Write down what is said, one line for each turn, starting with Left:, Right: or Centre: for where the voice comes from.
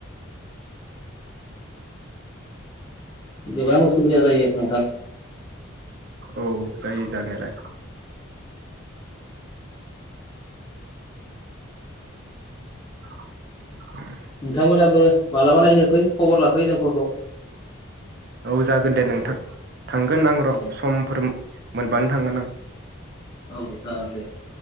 Left: गोबां उसुबिदा जायो नोंथां
Right: औ जायो जानायालाय <inaudible>
Left: नोंथांमोनाबो मालाबा नायनो फै खबर लाफैयो जोंफोरखौ
Right: औ जागोन दे नोंथां थांगोन आं
Left: औ
Right: र' समफोर मोनबानो थांगोन आं।
Left: औ जागोन दे।